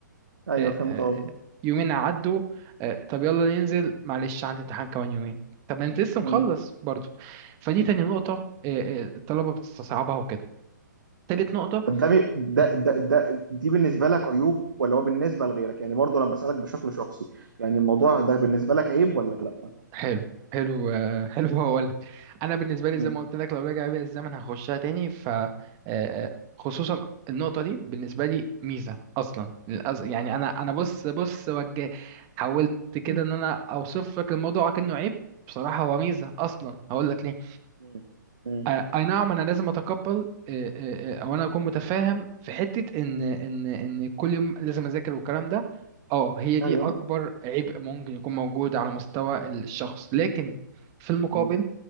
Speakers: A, on the right; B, on the right.
A: ايوه
B: آه،
A: فهمت
B: آه،
A: قصدك
B: يومين عدوا آه، طب يلا ننزل معلش عندي امتحان كمان يومين طب ما انت لسه مخلص
A: مم.
B: برضو فدي
A: مم.
B: تاني نقطة آه، آه، الطلبة بتستصعبها وكده تالت نقطة
A: طب ده, بي- ده
B: مم،
A: ده ده دي بالنسبه لك عيوب ولا هو بالنسبه لغيرك يعني برضه انا بسالك بشكل شخصي يعني الموضوع ده بالنسبه لك عيب ولا لا
B: حلو حلو آه، <laughs> حلو هقول لك انا بالنسبة لي
A: مم.
B: زي ما قلت لك لو رجع بيا الزمن هخشها تاني ف آه، آه، خصوصا النقطة دي بالنسبة لي ميزة أصلا للأس- يعني أنا أنا بص بص وجه حاولت كده
A: مم.
B: إن أنا أوصف لك الموضوع كأنه عيب بصراحة هو ميزة أصلا هقول لك ليه
A: مم. مم.
B: آه، آه، اي نعم انا لازم اتقبل آه، آه، آه، او انا اكون متفاهم في حته ان ان ان كل يوم لازم اذاكر والكلام ده اه هي دي
A: ايوه
B: اكبر عبء ممكن يكون موجود على مستوى الشخص لكن في المقابل
A: مم.